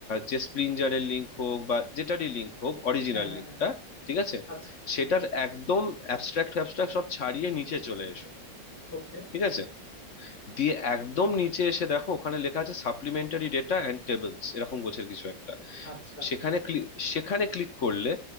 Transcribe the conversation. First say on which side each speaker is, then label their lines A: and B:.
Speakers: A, on the left; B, on the left.
A: যে স্প্রিঞ্জারের লিঙ্ক হোক বা যেটারই লিঙ্ক হোক অরিজিনাল
B: হ্যাঁ হ্যাঁ
A: লিঙ্কটা
B: হ্যাঁ
A: ঠিক আছে
B: আচ্ছা
A: সেটার একদম অ্যাবস্ট্রাক্ট অ্যাবস্ট্রাক্ট সব ছাড়িয়ে নিচে চলে এসো
B: ওকে
A: ঠিক আছে দিয়ে একদম নিচে এসে দেখো ওখানে লেখা আছে সাপ্লিমেন্টারি ডেটা অ্যান্ড টেবলস এরকম গোছের কিছু একটা
B: আচ্ছা
A: সেখানে ক্লিক সেখানে ক্লিক করলে